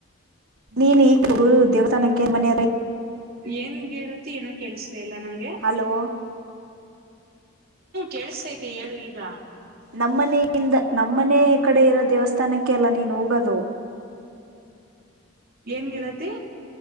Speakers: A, on the right; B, on the right.
A: ನೀನು ಈ ಗರು ಉದ್ಯೋಗ ಮ
B: ಏನ್ ಹೇಳತಿ ಏನ ಕೇಳಿಸ್ದ ಇಲ್ಲ ನಂಗೆ
A: ಹಲೋ
B: ಕೇಳಸ್ೈತಿ ಮ ಹೇಳು ಈಗ
A: ನಮ್ಮನಿಂದ ನಮ್ಮನೆ ಕಡೆ ಇರೋ ದೇವಸ್ಥಾನಕ್ಕೆ ಅಲ್ಲ ನೀನು ಹೋಗೋದು
B: ಏನ್ ಗೆಳತಿ